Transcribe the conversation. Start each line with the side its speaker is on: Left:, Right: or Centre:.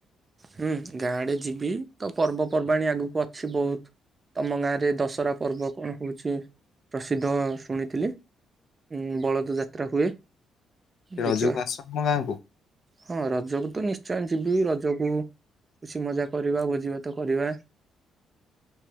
Right: ହୁଁ ଗାଁଡେ ଯିବି ତ ପର୍ବପର୍ବାଣିୀ ଆଗକୁ ଅଛି ବହୁତ ତମ ଗାଁରେ ଦଶହରା ପର୍ବ କଣ ହଉଛି ପ୍ରସିଦ୍ଧ ଶୁଣିଥିଲି। ଉ ବଳଦ ଯାତ୍ରା ହୁଏ।
Left: ସେ
Right: ଦେଖିବା
Left: ରଜୁକୁ ଆଶ୍ରମ ଗାଁକୁ
Right: ହଁ ରଜକୁ ତ ନିଶ୍ଚୟ ଯିବି ରଜ ୁ କିଛି ମଜା କରିବା ଭୋଜିଭାତ କରିବା।